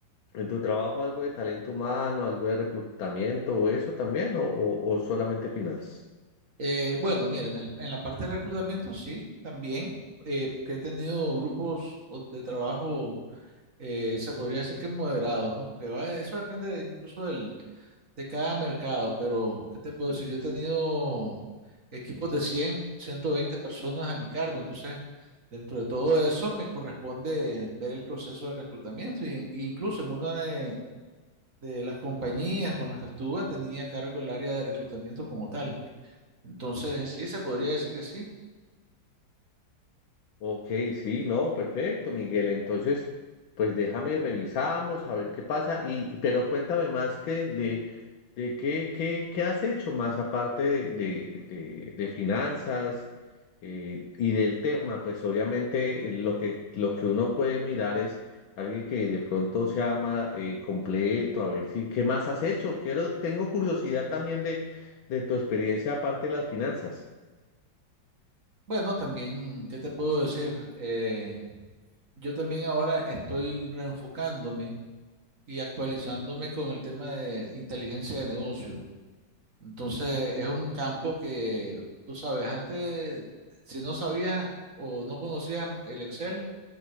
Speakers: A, on the left; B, on the right.
A: ¿En tu trabajo algo de talento humano, algo de reclutamiento o eso también, o, o- o solamente finanzas?
B: Eh, bueno, miren, en el- en la parte de reclutamiento sí, también, eh, que he tenido grupos o- de trabajo, eh, se podría decir que moderados, ¿no? Porque va, eso depende de- incluso del, de cada mercado, pero ¿qué te puedo decir? Yo he tenido equipos de cien, ciento veinte personas a mi cargo, entonces dentro de todo eso me corresponde ver el proceso de reclutamiento y, en- y incluso en una de, de las compañías con las que estuve tenía a cargo el área de reclutamiento como tal. Entonces sí, se podría decir que sí.
A: Ok, sí, no, perfecto, Miguel. Entonces, pues déjame y revisamos a ver qué pasa. Y, y- pero cuéntame más que de, de qué, qué, qué has hecho más aparte de, de, de, de finanzas eh, y del tema. Pues obviamente eh, lo que, lo que uno puede mirar es alguien que de pronto se ama eh, completo, a ver si, ¿qué más has hecho? Quiero, tengo curiosidad también de, de tu experiencia aparte de las finanzas.
B: Bueno, también, ¿qué te puedo decir? Eh, yo también ahora estoy reenfocándome y actualizándome con el tema de inteligencia de negocio. Entonces es un campo que, tú sabes, antes, si no sabías o no conocías el Excel,